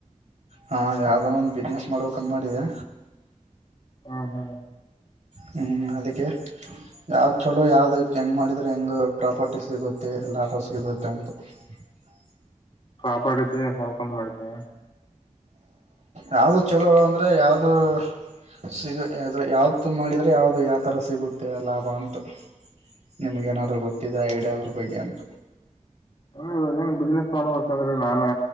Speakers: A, on the right; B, on the left.
A: ಹಾ ಯಾವ್ದ ಒಂದು ಬಿಸ್ನೆಸ್ ಮಾಡ್ಬೇಕ ಅಂದ ಮಾಡಿದೆ
B: ಹಾ ಹಾ
A: ಹ್ಮ್ ಅದಕ್ಕೆ ಯಾವ್ದ್ ಚಲೋ ಯಾವ್ದ ಹೆಂಗ್ ಮಾಡಿದ್ರೆ ಹೆಂಗ ಪ್ರಾಪರ್ಟಿ ಸಿಗುತ್ತೆ ಲಾಭ ಸಿಗುತ್ತೆ ಅಂತ <unintelligible>
B: ಪ್ರಾಪರ್ಟಿ ಬ ನಡ್ಕೊಂಡು ಮಾಡಿದ್ದೀ
A: ಯಾವ್ದು ಚಲೋ ಅಂದ್ರೆ ಯಾವ್ದು ಸಿಗ ಆದರೆ ಯಾವತ್ತು ಮಾಡಿದರೆ ಯಾವುದು ಯಾವ ಥರ ಸಿಗುತ್ತೆ ಲಾಭ ಅಂತ ನಿಮ್ಗ ಏನಾದ್ರೂ ಗೊತ್ತಿದೆ ಐಡಿಯ ಅದ್ರ ಬಗ್ಗೆ ಅಂತ
B: ಹ ಇವಾಗ ಏನ್ ಬಿಸ್ನೆಸ್ ಮಾಡೋ ಅಂದ್ರೆ ನಾನ